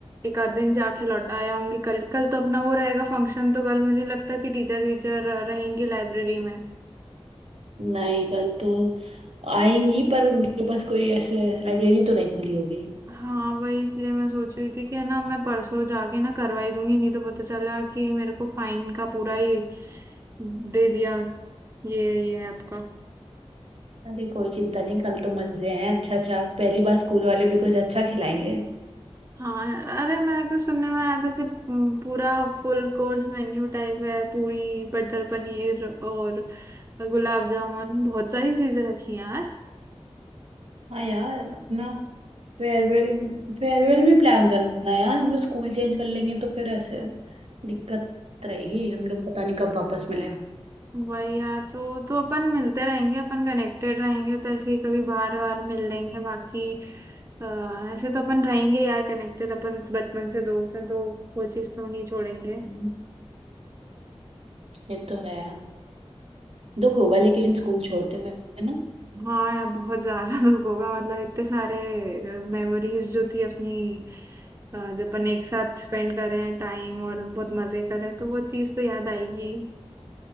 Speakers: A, on the right; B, on the right.
A: एक आध दिन जाके लौटा आया हूँगी कल कल तो अपना वो रहेगा फंक्शन तो कल मुझे नहीं लगता कि टीचर टीचर रहेंगे लाइब्रेरी में
B: नहीं कल तो आएंगी पर उनके पास कोई ऐसे लाइब्रेरी तो नहीं खुली होगी
A: हाँ वही इसलिए मैं सोच रही थी कि है ना मैं परसों जाके ना करवाई दूंगी नहीं तो पता चला कि मेरे को फाइन का पूरा ही दे दिया ये है, ये है आपका
B: अरे कोई चिंता नहीं कल तो मजे हैं अच्छा अच्छा पहली बार स्कूल वाले भी कुछ अच्छा खिलाएंगे
A: हाँ यार, अरे मेरे को सुनने में आया था जैसे हम्म, पूरा फुल कोर्स मेन्यू टाइप है पूरी बटर पनीर और गुलाब जामुन बहुत सारी चीजें रखी हैं यार
B: हाँ यार अपना फेयरवेल फेयरवेल भी प्लान करना यार हम लोग स्कूल चेंज कर लेंगे तो फिर ऐसे दिक्कत रहेगी हम लोग पता नहीं कब वापस मिले
A: वही यार तो तो अपन मिलते रहेंगे अपन कनेक्टेड रहेंगे तो ऐसे ही कभी बार बार मिल लेंगे बाकी अ, ऐसे तो अपन रहेंगे यार कनेक्टेड अपन बचपन से दोस्त हैं तो वो चीज़ तो नहीं छोड़ेंगे
B: हम्म ये तो है दुख होगा लेकिन स्कूल छोड़ते हुए है ना
A: हाँ यार बहुत ज्यादा <laughs> दुख होगा मतलब इतने सारे मेमोरीज जो थी अपनी अ, जो अपन एक साथ स्पेंड करें टाइम और बहुत मजे करें तो वो चीज़ तो याद आएगी